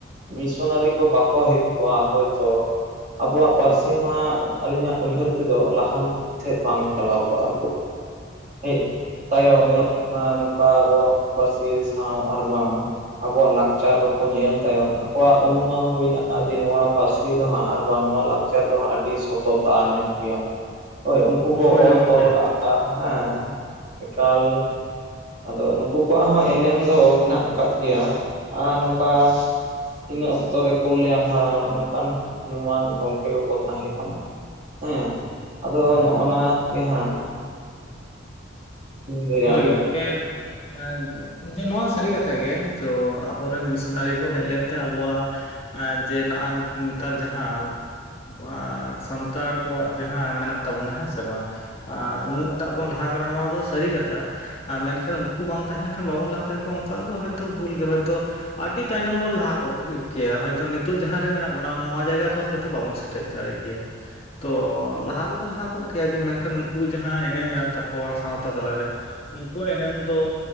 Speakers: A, on the right (about 40°); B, on the left (about 30°).
A: ᱢᱤᱥᱚᱱᱟᱨᱤ ᱠᱚ ᱵᱟᱠᱚ ᱦᱮᱡ ᱠᱚᱜ-ᱟ᱾ ᱦᱳᱭᱛᱳ ᱟᱵᱚᱣᱟᱜ ᱯᱟᱹᱨᱥᱤ ᱦᱟᱸᱜ ᱟᱹᱞᱤᱧᱟᱜ ᱩᱭᱦᱟᱹᱨ ᱛᱮᱫᱚ ᱞᱟᱦᱟᱱ ᱥᱮᱫ ᱵᱟᱝ ᱪᱟᱞᱟᱣ ᱠᱚᱜ-ᱟ᱾ ᱦᱮᱡ ᱛᱟᱭᱚᱢ ᱧᱮᱞᱚᱜ ᱠᱟᱱᱟ ᱱᱚᱝᱠᱟ ᱟᱵᱚᱣᱟᱜ ᱯᱟᱹᱨᱥᱤ ᱥᱟᱶ ᱟᱨ ᱵᱟᱝ᱾ ᱟᱵᱚᱣᱟᱜ ᱞᱟᱠᱪᱟᱨ ᱠᱚᱠᱚ ᱧᱮᱞ ᱛᱟᱭᱚᱢ ᱟᱠᱚᱣᱟᱜ ᱩᱱᱩᱢᱟᱱ ᱦᱩᱭᱱᱟ ᱡᱮ ᱱᱚᱣᱟ ᱯᱟᱹᱨᱥᱤ ᱫᱚ ᱦᱟᱸᱜ ᱟᱨ ᱵᱟᱝ ᱱᱚᱣᱟ ᱞᱟᱠ ᱪᱟᱨ ᱫᱚ ᱦᱟᱸᱜ ᱟᱹᱰᱤ ᱥᱚᱛᱚᱛᱟ ᱧᱚᱜ ᱜᱮᱭᱟ᱾ ᱦᱳᱭ, ᱩᱱᱠᱩ ᱠᱚ
B: ᱦᱳᱭ
A: ᱚᱞ
B: ᱜᱚᱢᱠᱮ
A: ᱛᱚᱞ ᱟᱠᱟᱜ-ᱟ᱾ ᱟᱸᱜ ᱮᱸ ᱮᱠᱟᱞ᱾ ᱟᱫᱚ ᱱᱩᱠᱩ ᱠᱚᱣᱟᱜ ᱦᱚᱸ ᱮᱱᱮᱢ ᱫᱚ ᱢᱮᱱᱟᱜ ᱟᱠᱟᱫ ᱜᱮᱭᱟ ᱟᱨ ᱱᱚᱝᱠᱟ ᱤᱱᱟᱹ ᱚᱠᱛᱚ ᱨᱮ ᱠᱚᱞᱭᱟᱱ ᱦᱟᱲᱟᱢ ᱱᱚᱝᱠᱟᱱ ᱧᱩᱢᱟᱱ ᱜᱚᱝᱠᱮ ᱠᱚᱠᱚ ᱛᱟᱦᱮᱸ ᱠᱟᱱᱟ᱾ ᱦᱩᱸ᱾ ᱟᱫᱚ
B: ᱦᱳᱭ
A: ᱱᱚᱜ-ᱚ
B: ᱦᱳᱭ
A: ᱱᱟ ᱜᱮ ᱦᱟᱸᱜ ᱞᱟᱹᱭᱟ
B: ᱦᱳᱭ
A: ᱟᱹᱞᱤᱧ
B: ᱜᱚᱝᱠᱮ᱾ ᱮ ᱡᱮ ᱱᱚᱶᱟ ᱥᱟᱹᱨᱤ ᱠᱟᱛᱷᱟ ᱜᱮ᱾ ᱛᱚ ᱟᱵᱚ ᱨᱮᱱ ᱢᱤᱥᱚᱱᱟᱨᱤ ᱠᱚ ᱦᱮᱡ ᱞᱮᱱ ᱛᱮ ᱟᱵᱚᱣᱟᱜ ᱟᱨ ᱡᱮ ᱱᱚᱜ-ᱚᱭ ᱱᱮᱛ ᱱᱮᱛᱟᱨ ᱡᱟᱦᱟᱸ <unintelligible> ᱥᱟᱱᱛᱟᱲ ᱠᱚᱣᱟᱜ ᱡᱟᱦᱟᱸ ᱢᱮᱱᱟᱜ ᱛᱟᱵᱚᱱᱟ᱾ ᱦᱮᱸ ᱥᱮ ᱵᱟᱝ? ᱟᱨ ᱩᱱᱟᱹᱜ ᱴᱟᱜ ᱵᱚᱱ ᱞᱟᱦᱟ ᱟᱠᱟᱱᱟ ᱱᱚᱶᱟ ᱫᱚ ᱥᱟᱹᱨᱤ ᱠᱟᱛᱷᱟ᱾ ᱟᱨ ᱢᱮᱱᱠᱷᱟᱱ ᱩᱱᱠᱩ ᱵᱟᱝ ᱛᱟᱦᱮᱸ ᱞᱮᱱᱠᱷᱟᱱ ᱵᱟᱵᱚᱱ ᱞᱟᱦᱟ ᱫᱟᱲᱮ ᱠᱚᱜ-ᱟ, ᱚᱱᱠᱟ ᱫᱚ ᱦᱚᱭᱛᱚ, ᱵᱷᱩᱞ ᱜᱮ ᱦᱚᱭᱛᱚ᱾ ᱟᱹᱰᱤ ᱛᱟᱭᱱᱚᱢ ᱵᱚᱱ ᱞᱟᱦᱟ ᱠᱚᱜ ᱠᱮᱭᱟ᱾ ᱦᱚᱭᱛᱳ ᱱᱤᱛᱚᱜ ᱡᱟᱦᱟᱸ ᱨᱮ ᱢᱮᱱᱟᱜ ᱵᱚᱱᱟ, ᱱᱚᱶᱟ ᱡᱟᱭᱜᱟ ᱛᱚ ᱛᱚ ᱵᱟᱵᱚᱱ ᱥᱮᱴᱮᱨ ᱫᱟᱲᱮ ᱠᱮᱭᱟ᱾ ᱛᱚ ᱞᱟᱦᱟ ᱫᱚᱵᱚᱱ ᱞᱟᱦᱟ ᱠᱚᱜ ᱠᱮᱭᱟ, ᱢᱮᱱᱠᱷᱟᱱ ᱩᱱᱠᱩ ᱡᱟᱦᱟᱸ ᱮᱱᱮᱢ ᱢᱮᱱᱟᱜ ᱛᱟᱠᱚᱣᱟ ᱥᱟᱶᱛᱟ ᱛᱟᱞᱟ ᱨᱮ ᱩᱱᱠᱩᱣᱟᱜ ᱮᱱᱮᱢ ᱫᱚ